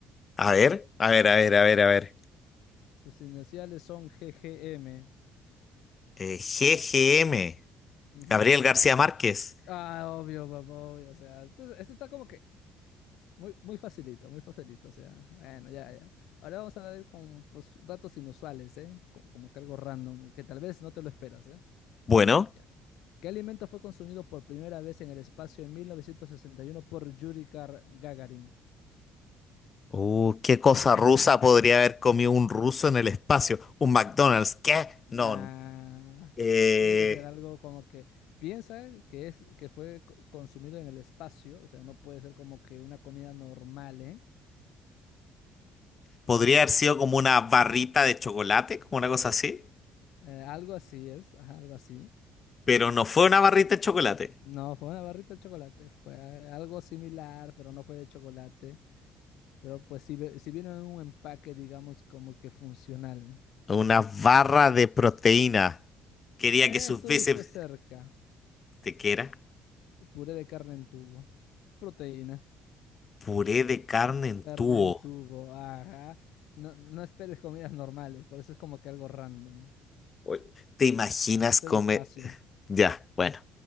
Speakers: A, on the left; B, on the left.
A: A ver, a ver, a ver, a ver, a ver.
B: Sus iniciales son GGM.
A: Eh, G G M,
B: Ujú.
A: Gabriel García Márquez.
B: Ah, obvio, papá, obvio. O sea, esto, esto está como que muy, muy facilito, muy facilito. O sea, bueno, ya, ya. Ahora vamos a ver con pues, datos inusuales, ¿eh? Co- Como, que algo random, que tal vez no te lo esperas, ¿eh?
A: Bueno.
B: Ya. ¿Qué alimento fue consumido por primera vez en el espacio en 1961 por Yuri Gar- Gagarin?
A: Uh, ¿qué cosa
B: <laughs>
A: rusa podría haber comido un ruso en el espacio? ¿Un McDonald's? ¿Qué?
B: Nah,
A: No. Eh,
B: tiene que ser algo como que piensa que es que fue co- consumido en el espacio, o sea, no puede ser como que una comida normal, ¿eh?
A: podría haber sido como una barrita de chocolate, como una cosa así.
B: Eh, algo así es, ajá, algo así.
A: Pero no fue una barrita de chocolate.
B: No, fue una barrita de chocolate, fue a- algo similar, pero no fue de chocolate. Pero pues si, ve- si vino en un empaque, digamos, como que funcional.
A: Una barra de proteína. Quería
B: Eh,
A: que sus
B: estuviste
A: bíceps...
B: cerca.
A: ¿De qué era?
B: Puré de carne en tubo. Proteína.
A: Puré de carne en
B: Carne
A: tubo.
B: en tubo, ajá. No, no esperes comidas normales, por eso es como que algo random.
A: Oye, ¿Te imaginas
B: Es
A: comer?
B: el espacio.
A: Ya, bueno,